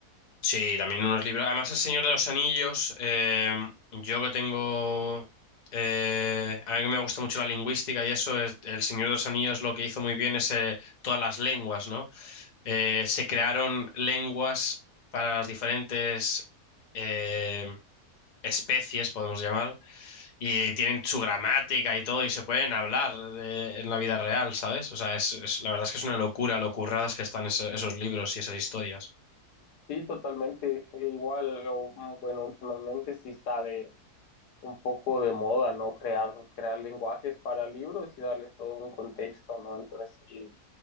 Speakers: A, on the left (about 35°); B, on the left (about 85°).
A: Sí, también unos libros. Además, El Señor de los Anillos, eh, yo que tengo... eh, a mí que me gusta mucho la lingüística y eso, es- El Señor de los Anillos lo que hizo muy bien es eh, todas las lenguas, ¿no? Eh, se crearon lenguas para las diferentes eh, especies, podemos llamar, y tienen su gramática y todo, y se pueden hablar eh, en la vida real, ¿sabes? O sea, es, es- la verdad es que es una locura lo curradas que están ese- esos libros y esas historias.
B: Sí, totalmente. eh, Igual, o, mm, bueno, últimamente sí está de un poco de moda, ¿no? Crear, crear lenguajes para libros y darles todo un contexto, ¿no? Entonces, sí,